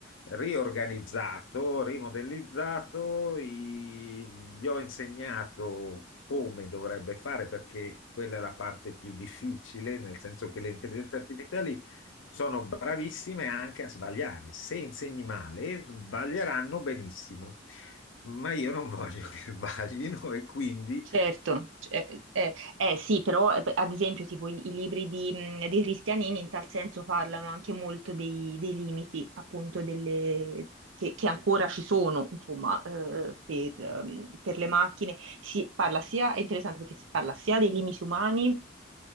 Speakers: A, on the left; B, on the right.
A: riorganizzato, rimodellizzato, i- gli ho insegnato come dovrebbe fare perché quella è la parte più difficile, nel senso che le intelligenze artificiali sono bravissime anche a sbagliare. Se insegni male, sbaglieranno benissimo, ma io non voglio <laughs> che sbaglino e quindi...
B: Certo, c- eh, eh, eh, sì, però eh, ad esempio tipo i, i libri di, mh, di Cristianini in tal senso parlano anche molto dei, dei limiti appunto delle- che, che ancora ci sono insomma eh, per, ehm, per le macchine. Si parla sia, è interessante perché si parla sia dei limiti umani